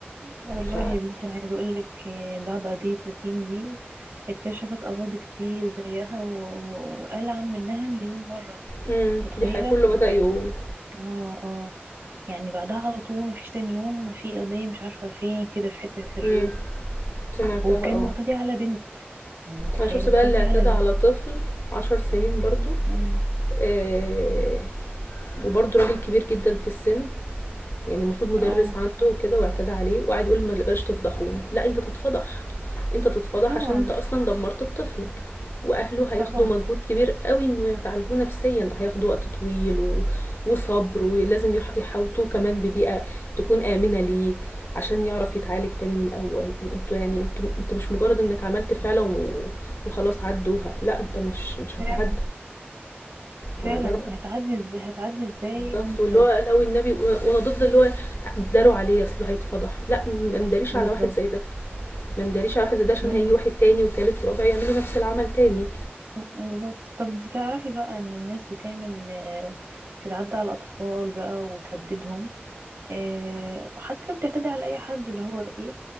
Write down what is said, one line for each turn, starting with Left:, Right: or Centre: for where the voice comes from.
Right: والله
Left: ف
Right: يا بنتي انا عايزة اقولك آه، بعد قضية ياسين دي اتكشفت اراضي كتير زيها و- و- وقال عن منها مليون مرة انت
Left: امم
Right: متخيلة
Left: دي حاجه كله بدا
Right: يعني
Left: يقول
Right: اه اه يعني بعدها على طول مفيش تاني يوم في قضية مش عارفة فين كده في حتة في الريف
Left: امم سمعتها
Right: وكان
Left: اه
Right: معتدي على بنت يعني متخيلة
Left: انا شفت بقى
Right: معتدي
Left: اللي اعتدى
Right: على
Left: على
Right: بنت
Left: طفل عشر سنين برضو
Right: امم
Left: آه وبرضو راجل كبير جدا في السن يعني المفروض مدرس
Right: اه
Left: عنده كده واعتدى عليه وقعد يقول ما بلاش تفضحوني لا انت تتفضح انت تتفضح
Right: طبعا
Left: عشان انت اصلا دمرت الطفل واهله هياخدوا
Right: طبعا
Left: مجهود كبير قوي انه يعالجوه نفسيا هياخدوا وقت طويل و... وصبر ولازم يح- يحوطوه كمان ببيئة تكون آمنة ليه عشان يعرف يتعالج تاني من الأول انتوا يعني انتوا انت مش مجرد انك عملت فعلة و... وخلاص عدوها لا انت مش مش هتعدى
Right: فعلا
Left: ده
Right: فعلا
Left: رأيي
Right: هتعدي ازاي هتعدي ازاي
Left: بالضبط،
Right: وانت
Left: واللي هو لو النبي وأنا ضد اللي هو اتداروا عليه أصله هيتفضح، لأ ما نداريش
Right: بالظبط
Left: على واحد زي ده، ما نداريش على واحد زي ده عشان
Right: جد-
Left: هييجي واحد تاني وتالت ورابع يعملوا نفس العمل تاني،
Right: بالظبط طب دي تعرفي بقى انه الناس بتعمل آه، بتتعدى على الاطفال بقى وتهددهم آه، وحتى بتعتدي على اي حد اللي هو ايه